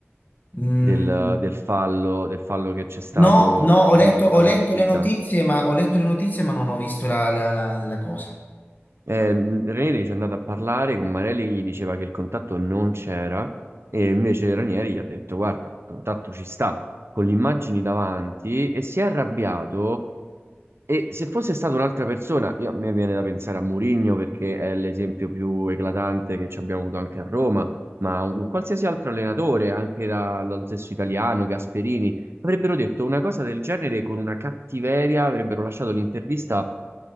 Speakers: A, on the left; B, on the right.
A: mh,
B: del, del fallo, del fallo che c'è stato
A: no, no,
B: nell'ultima
A: ho letto, ho letto
B: partita?
A: le notizie, ma ho letto le notizie, ma non ho visto la, la- la- la cosa.
B: Eh, Ranieri ci è andato a parlare con Marelli che gli diceva che il contatto non c'era e invece Ranieri gli ha detto guarda, il contatto ci sta, con le immagini davanti e si è arrabbiato E se fosse stata un'altra persona, io, a me viene da pensare a Mourinho perché è l'esempio più eclatante che ci abbiamo avuto anche a Roma, ma un qualsiasi altro allenatore, anche da- dallo stesso italiano, Gasperini, avrebbero detto una cosa del genere con una cattiveria, avrebbero lasciato l'intervista